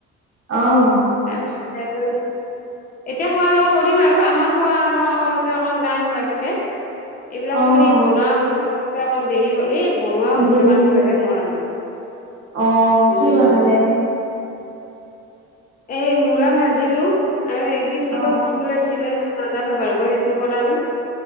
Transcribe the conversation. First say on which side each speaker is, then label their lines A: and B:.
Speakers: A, on the right; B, on the left.
A: অৱ
B: তাৰপিছত আৰু এতিয়া খোৱা লোৱা কৰিম আৰু আমাৰ খোৱা লোৱা কৰোতে অকণ টাইম লাগিছে এইবিলাক
A: অ
B: কৰি
A: অ
B: বনাম লগতে অকমান দেৰি হ'লে ই বনোৱা হৈছে
A: দেৰি
B: মাত্ৰহে
A: হ'ল।
B: মৰা আৰু
A: অ
B: উম
A: কি বনালে আজি
B: এই মূলা ভাজিলো আৰু এবিধ
A: অ
B: কিবা ফুল আছিলে ন নাজানো বাৰু মই সেইটো বনালো